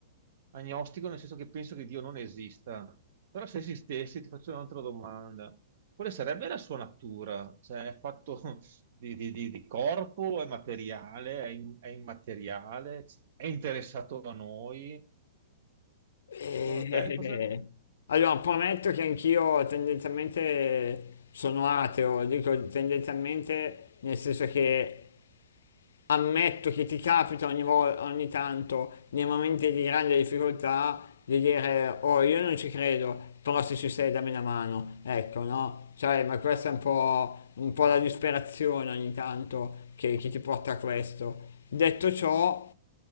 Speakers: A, on the right; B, on the left.
A: agnostico, nel senso che penso che Dio non esista. Però se esistesse, ti faccio un'altra domanda. Quale sarebbe la sua natura? Cioè, è fatto <laughs> di, di- di- di corpo, è materiale, è, im- è immateriale, è interessato a noi?
B: Eh,
A: Secondo te, cosa,
B: Allora, prometto che anch'io tendenzialmente sono ateo, dico tendenzialmente nel senso che ammetto che ti capita ogni volta, ogni tanto, nei momenti di grande difficoltà, di dire, oh, io non ci credo, però se ci sei dammi una mano, ecco, no? Cioè, ma questa è un po', un po' la disperazione ogni tanto che, che ti porta a questo. Detto ciò,